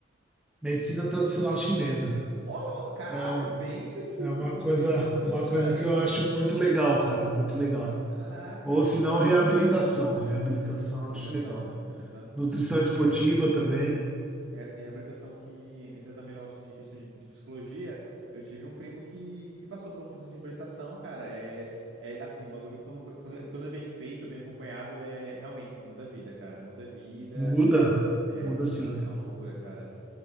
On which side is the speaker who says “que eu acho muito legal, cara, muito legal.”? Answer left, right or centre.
Centre